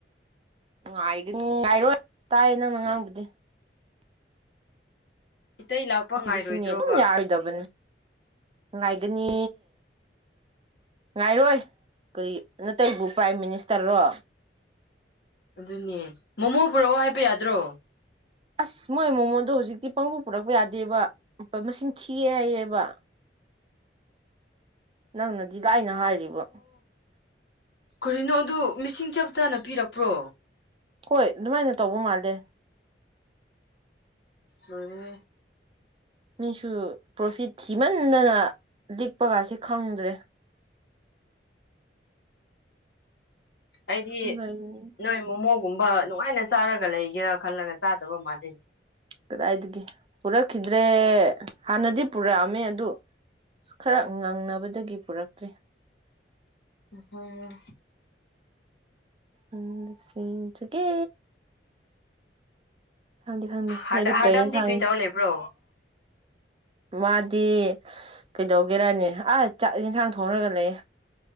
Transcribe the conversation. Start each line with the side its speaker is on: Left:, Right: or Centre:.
Right: ꯉꯥꯏꯒꯅꯤ ꯉꯥꯏꯔꯣꯏ ꯇꯥꯏꯌꯦ ꯅꯪꯅ ꯉꯥꯡꯕꯗꯤ
Left: ꯏꯇꯩ ꯂꯥꯛꯄ
Right: ꯑꯩꯈꯣꯏꯒꯤ
Left: ꯉꯥꯏꯔꯣꯏꯗ꯭ꯔꯣꯕ
Right: ꯁꯤꯅꯦ ꯑꯗꯨꯝ ꯌꯥꯔꯣꯏꯗꯕꯅꯦ ꯉꯥꯏꯒꯅꯤ ꯉꯥꯏꯔꯣꯏ ꯀꯔꯤ ꯅꯇꯩꯕꯨ ꯄ꯭ꯔꯥꯏꯝ ꯃꯤꯅꯤꯁꯇꯔꯣ
Left: ꯑꯗꯨꯅꯦ ꯃꯣꯃꯣ ꯄꯨꯔꯛꯑꯣ ꯍꯥꯏꯕ ꯌꯥꯗ꯭ꯔꯣ
Right: ꯑꯁ ꯃꯣꯏ ꯃꯣꯃꯣꯗꯣ ꯍꯧꯖꯤꯛꯇꯤ ꯄꯥꯡꯕꯨ ꯄꯨꯔꯛꯄ ꯌꯥꯗꯦꯕ ꯃꯁꯤꯡ ꯊꯤꯑꯦ ꯍꯥꯏꯌꯦꯕ ꯅꯪ ꯅ ꯁꯤꯗ ꯑꯩꯅ ꯍꯥꯏꯔꯤꯕ
Left: ꯀꯣꯔꯤꯅꯣ ꯑꯗꯨ ꯃꯤꯁꯤꯡ ꯆꯞ ꯆꯥꯅ ꯄꯤꯔꯛꯄ꯭ꯔꯣ
Right: ꯍꯣꯏ ꯑꯗꯨꯃꯥꯏꯅ ꯇꯧꯕ ꯃꯥꯜꯂꯦ
Left: ꯃꯅꯦ
Right: ꯃꯤꯁꯨ ꯄ꯭ꯔꯣꯐꯤꯠ ꯊꯤꯃꯟꯗꯅ ꯂꯤꯛꯄꯒꯁꯤꯦ ꯈꯪꯗ꯭ꯔꯦ
Left: ꯑꯩꯗꯤ
Right: ꯎꯝ
Left: ꯅꯣꯏ ꯃꯣꯃꯣꯒꯨꯝꯕ ꯅꯨꯡꯉꯥꯏꯅ ꯆꯥꯔꯒ ꯂꯩꯒꯦꯔꯥ ꯈꯜꯂꯒ ꯆꯥꯗꯕ ꯃꯥꯥꯟꯅꯩ
Right: ꯀꯗꯥꯏꯗꯒꯤ ꯄꯨꯔꯛꯈꯤꯗ꯭ꯔꯦ ꯍꯥꯟꯅꯗꯤ ꯄꯨꯔꯛꯑꯝꯃꯦ ꯑꯗꯨ ꯑꯁ ꯈꯔ ꯉꯪꯅꯕꯗꯒꯤ ꯄꯨꯔꯛꯇ꯭꯭ꯔꯦ
Left: ꯍꯝ
Right: ꯑ ꯁꯤ ꯏꯟꯆꯀꯦ ꯈꯪꯗꯦ ꯈꯪꯗꯦ
Left: ꯍꯥꯔꯗꯝꯗꯤ
Right: ꯅꯣꯏꯗꯤ ꯀꯩ ꯌꯦꯟꯁꯥꯡ
Left: ꯀꯔꯤ ꯇꯧ ꯂꯩꯕ꯭ꯔꯣ
Right: ꯃꯥꯗꯤ ꯀꯩꯗꯧꯒꯦꯔꯅꯦ ꯑ ꯆꯥꯛ ꯌꯦꯟꯁꯥꯡ ꯊꯣꯡꯉꯒ ꯂꯩ